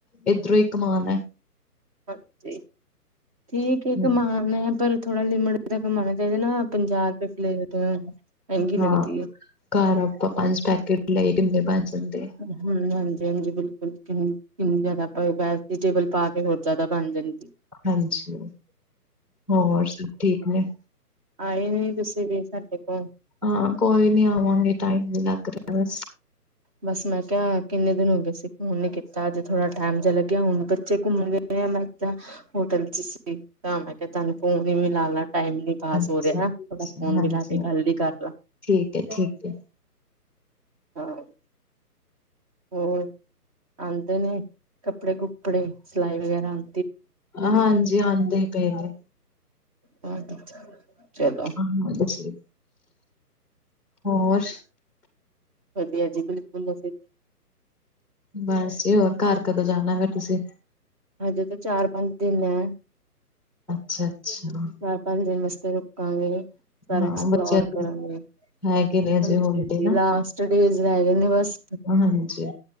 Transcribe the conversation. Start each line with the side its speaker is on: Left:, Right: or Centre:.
Centre: ਏਧਰੋਂ ਹੀ ਕਮਾਣਾ ਹੈ।
Right: ਹਾਂਜੀ ਠੀਕ ਹੈ
Centre: ਹੂੰ।
Right: ਕਮਾਨਾ ਹੈ ਪਰ ਥੋੜਾ ਲਿਮਟ ਇਹਦਾ ਕਮਾਣਾ ਚਾਹੀਦਾ ਨਾ ਇਹਦੇ ਨਾ ਪੰਜਾਹ ਰੁਪਏ ਪਲੇਟ ਮਹਿੰਗੀ ਲੱਗਦੀ
Centre: ਹਾਂ
Right: ਹੈ।
Centre: ਘਰ ਆਪਾਂ ਪੰਜ ਪੈਕੇਟ ਲਏ ਕਿੰਨੇ ਬਣ ਜਾਂਦੇ ਆਂ
Right: ਹਾਂ ਹਾਂਜੀ- ਹਾਂਜੀ ਬਿਲਕੁਲ ਕਿੰ ਕਿੰਨੀ ਜ਼ਿਆਦਾ ਵੈਜੀੇਟੇਬਲ ਪਾ ਕੇ ਹੋਰ ਜਿਆਦਾ ਬਣ ਜਾਂਦੀ
Centre: ਹਾਂਜੀ ਹੋਰ ਸਭ ਠੀਕ ਨੇ
Right: ਆਏ ਨੀ ਤੁਸੀਂ ਵੀ ਸਾਡੇ ਕੋਲ।
Centre: ਹਾਂ ਕੋਈ ਨੀ ਆਵਾਂਗੇ ਟਾਈਮ ਨੀ ਲੱਗ ਰਿਹਾ ਬ
Right: ਬਸ ਮੈਂ ਕਿਹਾ ਕਿੰਨੇ ਦਿਨ ਹੋ ਗਏ ਸੀ ਫੋਨ ਨੇ ਕੀਤਾ ਅੱ ਜ ਥੋੜਾ ਟਾਈਮ ਜਿ ਲੱਗਿਆ ਹੁਣ ਬੱਚੇ ਘੁੰਮਣ ਗ ਮ ਮੈਂ ਹੋਟਲ ਚ ਸੀ। ਤਾਂ ਮੈਂ ਕਿਹਾ ਤਹਾਨੂੰ ਫੋਨ ਈ ਮਿਲਾ ਲਾ ਟਾਈਮ ਨੀ ਪਾਸ
Centre: ਅੱਛਾ
Right: ਹੋ ਰਿਆ
Centre: ਅੱਛਾ
Right: ਓਹਦਾ ਫੋਨ
Centre: ਹਾਂਜੀ
Right: ਮਿਲਾ ਕੇ ਗੱਲ ਈ ਕਰ ਲਾਂ।
Centre: ਠੀਕ ਹੈ ਠੀਕ ਏ।
Right: ਹਾਂ ਹੋਰ ਆਉਂਦੇ ਨੇ ਕੱਪੜੇ ਕੁਪੜੇ ਸਿਲਾਈ ਵਗੈਰਾ ਆਉਂ।
Centre: ਹਾਂਜੀ ਆਉਂਦੇ ਹੀ ਪਏ ਨੇ।
Right: ਹਾਂ ਚਲੋ।
Centre: ਹਾਂਜੀ ਹੋਰ।
Right: ਵਦੀਆ ਅਜੀ ਬਿਲਕੁਲ ਸੀ।
Centre: ਬਸ ਜ ਹੋਰ ਘਰ ਕਦੋਂ ਜਾਣਾ ਗ ਤੁਸੀਂ?
Right: ਹਜੇ ਤਾਂ ਚਾਰ ਪੰਜ ਦਿਨ ਹੈ।
Centre: ਅੱਛਾ ਅੱਛਾ।
Right: ਚਾਰ ਪੰਜ ਦਿਨ ਵਾਸਤੇ ਰੁਕਾਂਗੇ, ਸਾਰਾ
Centre: ਹਾਂ
Right: ਐਕਸਪਲੋਰ
Centre: ਬੱਚੇ
Right: ਕਰਾਂਗੇ।
Centre: ਹੈਗੇ ਨੇ ਅਜੇ
Right: ਹਾਂਜੀ-ਹਾਂਜੀ
Centre: ਹੋਲੀਡੇ ਨਾ
Right: ਲਾਸਟ ਡੇਜ਼ ਲੈ ਜਾਂਨੇ ਬਸ।
Centre: ਹਾਂਜੀ